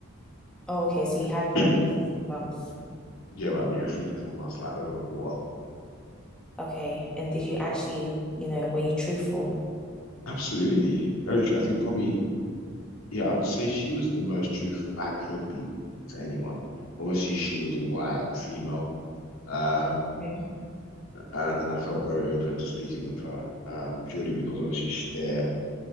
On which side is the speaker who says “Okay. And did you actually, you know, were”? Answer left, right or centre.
Centre